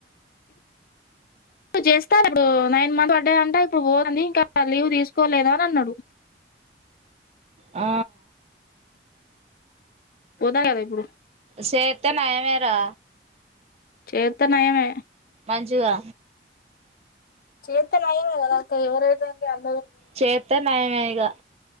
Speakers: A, on the left; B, on the right.
A: ఇడు చేస్తారు ఇప్పుడు నైన్ మంత్ పడ్డా అంట ఇప్పుడు పోదడి ఇంకా లీవ్ తీసుకోలేదా అని అన్నాడు
B: ఆ
A: పోదా కదా ఇప్పుడు
B: సేత్తానాయనేరా
A: చేత్తే నయమే
B: మంచిగా
A: చేత్తే నయమే కదా అక్కా ఎవరైతే ఏం ది
B: చేత్తే నయమే ఇగ